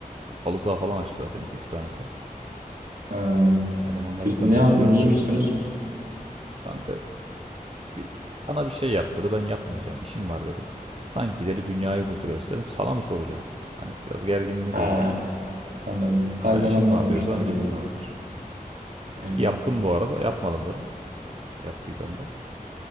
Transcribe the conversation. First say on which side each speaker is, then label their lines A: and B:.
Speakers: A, on the right; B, on the right.
A: halı saha falan açtı zaten iki üç tanesi.
B: Ha,
A: Elemanlar
B: küs-
A: zaten
B: ne,
A: besliyor
B: an-
A: okuyordu.
B: niye küstünüz?
A: Kanka Bir, bana bir şey yap dedi. Ben yapmayacağım. işim var dedim. Sanki dedi dünyayı kurtarıyoruz dedim. Sana mı soracağım? Hani biraz gerginlik
B: Ha,
A: oldu.
B: anladım. Halden
A: Ben işim
B: anlamamışlar
A: var diyorsam
B: gibi.
A: işim vardır.
B: Yani
A: Ki yaptım bu arada. Yapmadım dedim. Yaptıysam da.